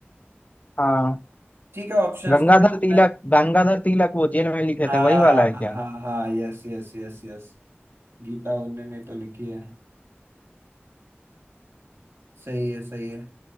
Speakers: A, on the left; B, on the right.
A: हाँ
B: ठीक है ऑप्शंस
A: गंगाधर
B: देता
A: तिलक
B: हूँ मैं
A: गंगाधर तिलक वो जेल में लिखे
B: हाँ
A: थे वही वाला है
B: हाँ
A: क्या
B: हाँ yes yes yes yes Geeta उनने नहीं तो लिखी है सही है सही है